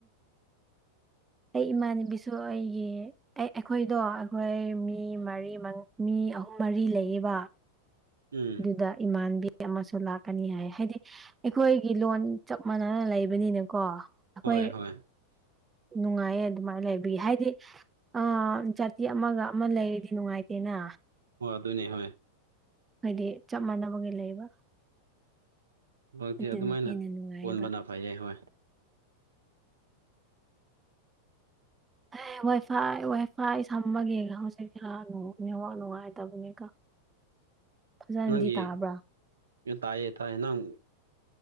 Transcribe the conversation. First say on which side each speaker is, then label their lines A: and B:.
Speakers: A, on the right; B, on the right.
A: ꯑꯩ ꯏꯃꯥꯟꯅꯕꯤꯁꯨ ꯑꯩꯒꯤ ꯑꯦ ꯑꯩꯈꯣꯏꯗꯣ ꯑꯩꯈꯣꯏ ꯃꯤ ꯃꯔꯤ ꯃꯤ ꯑꯍꯨꯝ ꯃꯔꯤ ꯂꯩꯌꯦꯕ
B: ꯎꯝ
A: ꯑꯗꯨꯗ ꯏꯃꯥꯟꯕꯤ ꯑꯃꯁꯨ ꯂꯥꯛꯀꯅꯤ ꯍꯥꯏ ꯍꯥꯏꯗꯤ ꯑꯩꯈꯣꯏꯒꯤ ꯂꯣꯟ ꯆꯞ ꯃꯥꯟꯅꯅ ꯂꯩꯕ ꯕꯅꯤꯅꯀꯣ ꯑꯩꯈꯣꯏ
B: ꯍꯣꯏ ꯍꯣꯏ
A: ꯅꯨꯡꯉꯥꯏꯌꯦ ꯑꯗꯨꯃꯥꯏꯅ ꯂꯩꯕꯒꯤ ꯍꯥꯏꯗꯤ ꯑꯥ ꯖꯥꯇꯤ ꯑꯃꯒ ꯑꯃ ꯂꯩꯔꯗꯤ ꯅꯨꯡꯉꯥꯏꯇꯦꯅ
B: ꯑꯣ ꯑꯗꯨꯅꯦ ꯍꯣꯏ
A: ꯍꯥꯏꯗꯤ ꯆꯞ ꯃꯥꯟꯅꯕꯒꯤ ꯂꯩꯕ
B: ꯅꯣꯏꯗꯤ
A: ꯑꯗꯨꯅ
B: ꯑꯗꯨꯃꯥꯏꯅ
A: ꯍꯦꯟꯅ ꯅꯨꯡꯉꯥꯏꯌꯦꯕ
B: ꯀꯣꯟꯕꯅ ꯐꯩꯌꯦ ꯍꯣꯏ
A: ꯑꯦ ꯋꯥꯏ ꯐꯥꯏ ꯋꯥꯏ ꯐꯥꯏ ꯁꯝꯕꯒꯤ ꯍꯧꯖꯤꯛ ꯈꯔ ꯅꯦꯠꯋꯥꯛ ꯅꯨꯡꯉꯥꯏꯇꯕꯅꯤꯀꯣ ꯐꯖꯅꯗꯤ
B: ꯅꯪꯒꯤ
A: ꯇꯥꯕ꯭ꯔꯥ
B: ꯇꯥꯏꯌꯦ ꯇꯥꯏꯌꯦ ꯅꯪ